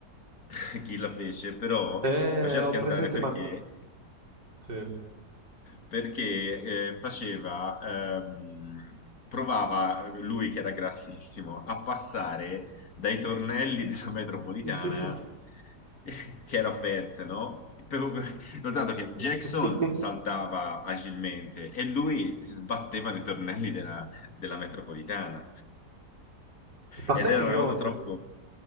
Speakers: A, on the left; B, on the right.
A: <laughs> chi la fece, però
B: Eh,
A: faceva
B: ho
A: schiantare
B: presente,
A: perché
B: ma Sì.
A: perché eh, faceva, ehm, provava lui che era grassissimo a passare dai tornelli della metropolitana
B: Sì, sì, sì.
A: eh, che era fette, no? Per- Notato che Jackson
B: <laughs>
A: saltava agilmente e lui si sbatteva nei tornelli della, della metropolitana
B: Ma
A: ed
B: sai
A: era
B: che io
A: una cosa
B: me
A: troppo...